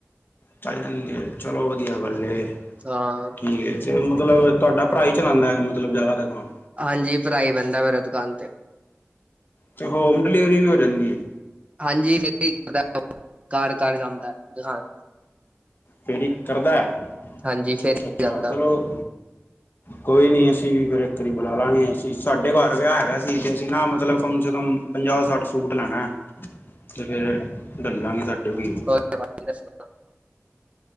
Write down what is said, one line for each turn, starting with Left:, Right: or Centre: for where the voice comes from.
Left: ਚੱਲ ਜਾਂਦੀ ਹੈ, ਚਲੋ ਵਧੀਆ ਗੱਲ ਹੈ।
Right: ਹਾਂ
Left: ਠੀਕ ਹੈ। ਫੇਰ ਮਤਲਬ ਤੁਹਾਡਾ ਭਰਾ ਹੀ ਚਲਾਉਂਦਾ ਮਤਲਬ ਜ਼ਿਆਦਾ ਦੁਕਾਨ?
Right: ਹਾਂਜੀ ਭਰਾਈ ਬੈਂਦਾਂ ਮੇਰਾ ਦੁਕਾਨ ਤੇ।
Left: ਤੇ ਹੋਮ ਡਿਲੀਵਰੀ ਵੀ ਹੋ ਜਾਂਦੀ ਐ?
Right: ਹਾਂਜੀ ਕੀਤੀ ਕਰਦਾ ਉਹ ਘਰ ਘਰ ਜਾਂਦਾ ਦਿਖਾਣ
Left: ਫਿਰ ਇਕ ਕਰਦਾ ਅੱਛਾ
Right: ਹਾਂਜੀ ਫੇਰ
Left: ਅੱਛਾ
Right: ਜਾਂਦਾ
Left: ਚਲੋ। ਕੋਈ ਨੀ ਅਸੀਂ ਵੀ ਫੇਰ ਇੱਕ ਵਾਰੀ ਬੁਲਾ ਲਾਂਗੇ। ਸਾਡੇ ਘਰ ਵਿਆਹ ਹੈਗਾ ਸੀ ਤੇ ਅਸੀਂ ਨਾ ਮਤਲਬ ਕਮ ਸੇ ਕਮ ਪੰਜਾਹ ਸੱਠ ਸੂਟ ਲੈਣਾ ਅਤੇ ਫਿਰ ਡੱਲ ਦਾਂਗੇ ਸਾਡੇ ਕੋ।
Right: <inaudible>